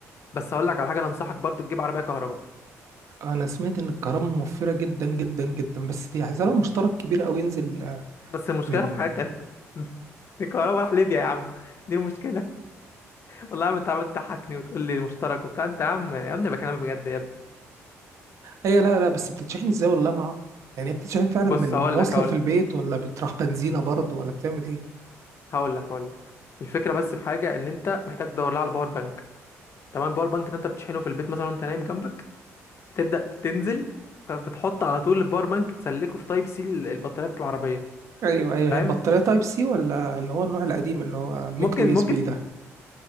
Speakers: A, on the left; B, on the right.
A: بس هقول لك على حاجه انا انصحك برضه تجيب عربيه كهرباء
B: انا سمعت ان الكهرباء موفره جدا جدا جدا بس دي عايزه لها مشترك كبير قوي ينزل آه،
A: بس المشكله
B: من
A: في حاجه <laughs> الكهرباء راح ليبيا يا عم دي المشكله والله يا عم انت عمال تضحكني وتقول لي مشترك وبتاع انت يا عم يا ابني بكلمك بجد يا ابني
B: اي لا لا بس بتتشحن ازاي والله ما اعرف يعني هي بتتشحن فعلا
A: بص
B: من
A: هقول
B: من وصله
A: لك هقول
B: في البيت
A: لك
B: ولا بتروح بنزينه برضه ولا بتعمل ايه
A: هقول لك هقول لك الفكره بس في حاجه ان انت محتاج تدور لها على باور بانك تمام الباور بانك ده انت بتشحنه في البيت مثلا وانت نايم جنبك بتبدا تنزل فبتحط على طول الباور بانك تسلكه في تايب سي البطاريه بتاعت العربيه
B: ايوه ايوه
A: فاهم
B: هي البطاريه تايب سي ولا اللي هو النوع القديم اللي هو ميكرو
A: ممكن
B: يو اس
A: ممكن
B: بي ده